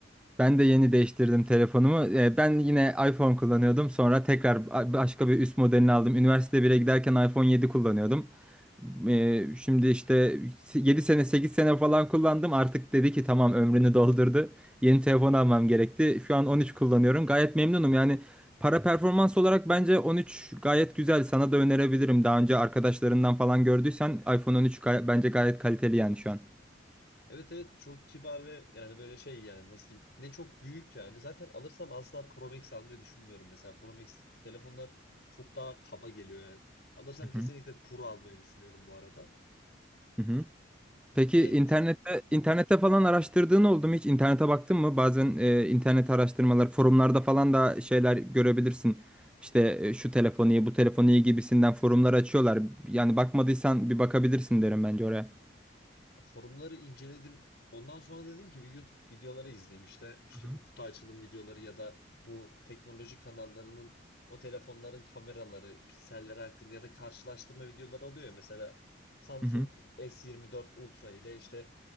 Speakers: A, in the centre; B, on the left (about 55°).
A: ben de yeni değiştirdim telefonumu. E, ben yine iPhone kullanıyordum. Sonra tekrar ba- başka bir üst modelini aldım. Üniversite bire giderken iPhone 7 kullanıyordum. Ee, şimdi işte 7 sene 8 sene falan kullandım. Artık dedi ki tamam ömrünü doldurdu. Yeni telefon almam gerekti. Şu an 13 kullanıyorum. Gayet memnunum. Yani para performans olarak bence 13 gayet güzel. Sana da önerebilirim. Daha önce arkadaşlarından falan gördüysen iPhone 13 gay- bence gayet kaliteli yani şu an.
B: Evet evet çok kibar ve yani böyle şey yani nasıl diyeyim ne çok büyük yani zaten alırsam asla Pro Max almayı düşünmüyorum mesela Pro Max telefonlar çok daha kaba geliyor yani alırsam kesinlikle
A: Hı hı.
B: Pro almayı düşünüyorum bu arada
A: Hı hı. Peki
B: ve
A: internette
B: şunu
A: internette falan araştırdığın oldu mu hiç? İnternete baktın mı? Bazen e, internet araştırmaları, forumlarda falan da şeyler görebilirsin. İşte e, şu telefon iyi, bu telefon iyi gibisinden forumlar açıyorlar. Yani bakmadıysan bir bakabilirsin derim bence oraya.
B: Forumları inceledim. Ondan sonra dedim ki bir YouTube videoları izleyeyim işte. İşte
A: Hı hı.
B: bu kutu açılım videoları ya da bu teknoloji kanallarının o telefonların kameraları, pikselleri hakkında ya da karşılaştırma videoları oluyor ya. Mesela Samsung
A: Hı hı,
B: S24 Ultra ile işte